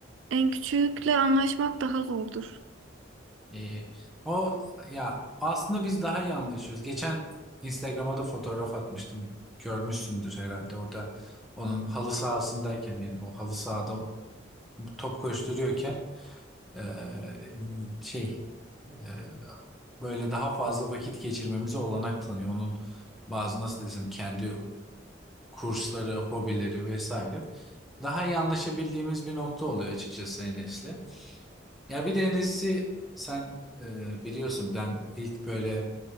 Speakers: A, on the right; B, in the centre.
A: En küçükle anlaşmak daha zordur.
B: E, o ya aslında biz daha iyi anlaşıyoruz. Geçen Instagram'a da fotoğraf atmıştım. Görmüşsündür herhalde orada onun halı sahasındayken yani o halı sahada top koşturuyorken Ee, şey e, böyle daha fazla vakit geçirmemize olanak tanıyor. Onun bazı nasıl desem kendi kursları, hobileri vesaire. Daha iyi anlaşabildiğimiz bir nokta oluyor açıkçası Enes'le. Ya bir de Enes'i sen e, biliyorsun ben ilk böyle